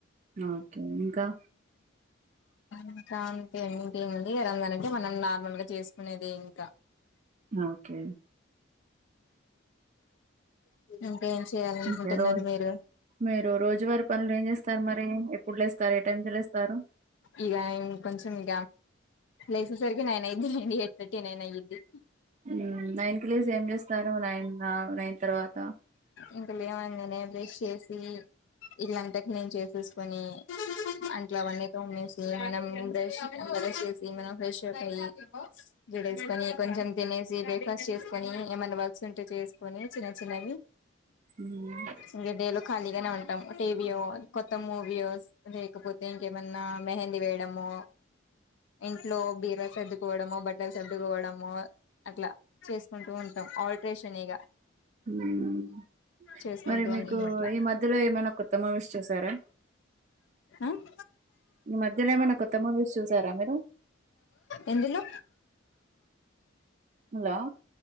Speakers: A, on the right (about 35°); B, on the left (about 65°).
A: ఓకే ఇంకా
B: ఇంకా అంతే ఇంకేమండి రంజాని అంటే మనం నార్మల్ గా చేసుకునేది ఇంకా
A: ఓకే
B: ఇంకేం చేయాలనుకుంటున్నారు
A: ఇంకా రో
B: మీరు
A: మీరు రోజువారి పనులు ఏం చేస్తారు మరి ఎప్పుడు లేస్తారు ఏ టైమ్ కి లేస్తారు
B: ఇగ ఇన్ కొంచెం ఇ లైసెన్స్ వరకు నైన అండి ఎయిట్ తథర్టీ నైన్ అయిద్ది
A: ఉ నైన్ కి లేసి ఏం చేస్తారు నైన్ నైన్ తర్వాత
B: ఇంక లేవంగానే బ్రష్ చేసి ఇల్లంత క్లీన్ చేసేసుకుని అట్లు అవన్నీ తోమేస్ మనం బ్రష్ బ్రష్ చేసి మనం ఫ్రెష్ అయి జడ ఎసుకొని కొంచెం తిని బ్రేక్ ఫాస్ట్ చేసుకొని ఏమైన్నా వర్క్స్ ఉంటే చేసుకని చిన్న చిన్నవి
A: ఉమ్
B: ఇంక డే లో ఖాళీగానే ఉంటాం. టీవీయో కొత్త మూవీయోస్ లేకపోతే ఇంకేమన్నా మెహందీ వేయడ మో ఇంట్లో బీరవా సర్దుకోవడము బట్టలు సర్దుకోవడము అట్లా చేసుకుంటూ ఉంటాం ఆల్ట్రేషన్ ఇగ
A: ఉమ్
B: చేసుకుంటూ
A: మరి మీకు
B: ఉంటాం అట్లా
A: ఈ మధ్యలో ఏమైనా కొత్త మూవీస్ చూసారా
B: ఉమ్
A: ఈ మధ్యలో ఏమైనా కొత్త మూవీస్ చూసారా మీరు
B: ఎందులో
A: హలో